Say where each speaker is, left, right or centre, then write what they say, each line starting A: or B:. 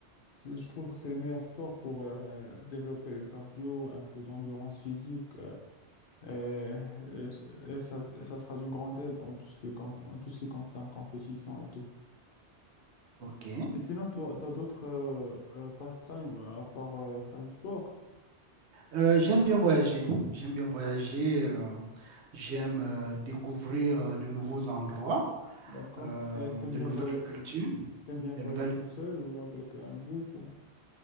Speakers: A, on the left; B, on the right.
A: c'est- je trouve que c'est le meilleur sport pour euh, développer le cardio, un peu d'endurance physique, euh, et, et- et ça, et ça sera d'une grande aide en tout ce qui est con- en tout ce qui concerne compétition et tout.
B: Ok.
A: Et sinon, toi, t'as d'autres euh, euh, passe-temps à part euh, faire du sport,
B: Euh, j'aime bien voyager. J'aime bien voyager. euh, j'aime euh, découvrir euh, de nouveaux endroits,
A: d'accord?
B: euh,
A: Et t'aimes
B: de
A: bien
B: nouvelles
A: voyager,
B: cultures,
A: t'aimes bien
B: de
A: voyager
B: nouvelles...
A: toute seule ou avec un groupe, ou-